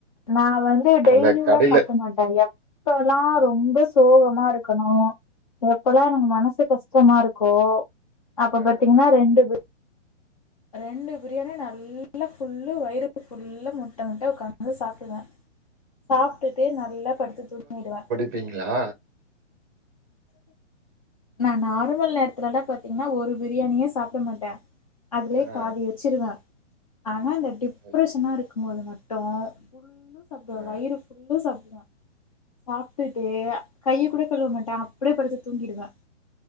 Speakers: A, on the left; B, on the right.
A: நா வந்து டெய்லியுலா
B: அந்த கடையில
A: சாப்ட மாட்ட எப் பல்லா
B: ஆ
A: ரொம்ப சோகமா இருக்கனோ எப்பல்லா எனக்கு மனசு கஷ்டமா இருக்கோ அப்ப
B: ஆ
A: பாத்தீங்ன்னா ரெண்டு பி ரெண்டு பிரியாணி நல்லா ஃபுல்லு வயிறு ஃபுல்ல முட்ட முட்ட உக்காந் ந்து சாப்டுவ சாப்டுட்டு நல்லா படுத்து தூங்கிடுவ
B: அப்டிங்ளா
A: நா நார்மல் நேரத்துலல்ல பாத்தீங்ன்னா ஒரு பிரியாணியே சாப்ட மாட்டே அதுலயே
B: ஆ
A: பாதி வெச்சிருவ ஆனா டிப்ரஷனா
B: ஓகே
A: இருக்கு மோது மட்டு ஃபுல்லு சப்டுவ
B: ஆ
A: வயிறு ஃபுல்லா சாப்டுவ சாப்டுட்டு கைய கூட கழுவ மாட்ட அப்டியே படுத்து தூங்கிடுவ